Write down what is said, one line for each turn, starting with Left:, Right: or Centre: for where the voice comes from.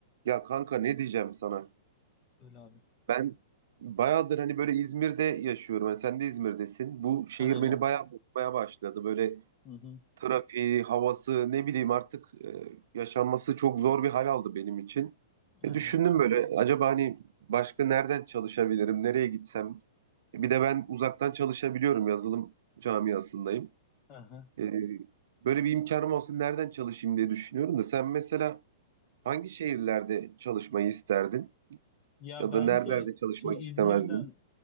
Right: Ya kanka ne diyeceğim sana?
Left: Öyle abi.
Right: Ben bayağıdır hani böyle İzmir'de yaşıyorum. Hani sen de İzmir'desin. Bu şehir
Left: Aynen.
Right: beni bayağı bozmaya başladı. Böyle
Left: Hı hı.
Right: trafiği, havası ne bileyim artık e, yaşanması çok zor bir hal aldı benim için.
Left: Aynen.
Right: E, düşündüm böyle acaba hani başka nereden çalışabilirim? Nereye gitsem? E, bir de ben uzaktan çalışabiliyorum. Yazılım camiasındayım.
Left: Aha.
Right: E, böyle bir imkanım olsun nereden çalışayım diye düşünüyorum da sen mesela hangi şehirlerde çalışmayı isterdin?
Left: Ya
Right: Ya
Left: bence
Right: da nerelerde çalışmak
Left: şimdi İzmir'den
Right: istemezdin?